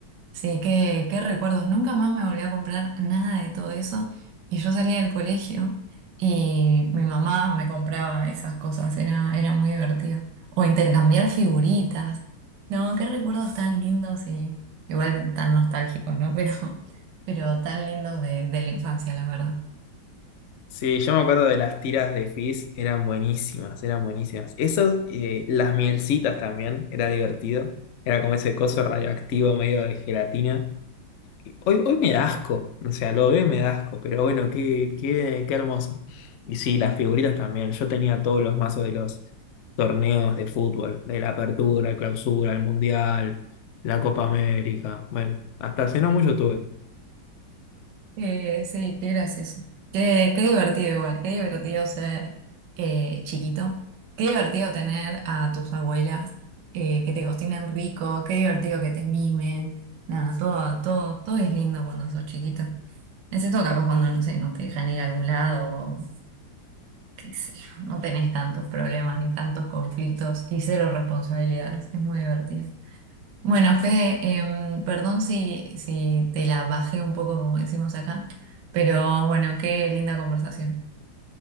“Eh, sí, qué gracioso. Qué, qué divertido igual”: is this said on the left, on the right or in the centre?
Right